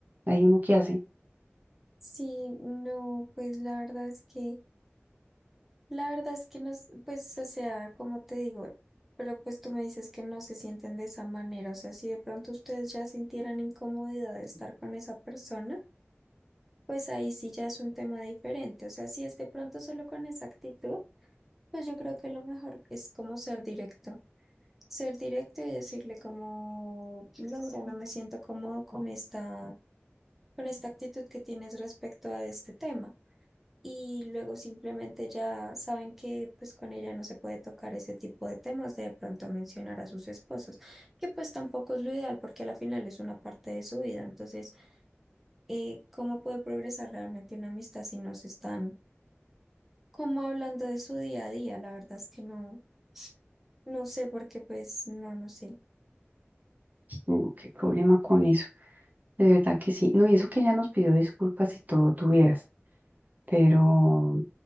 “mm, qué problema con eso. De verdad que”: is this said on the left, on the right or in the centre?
Right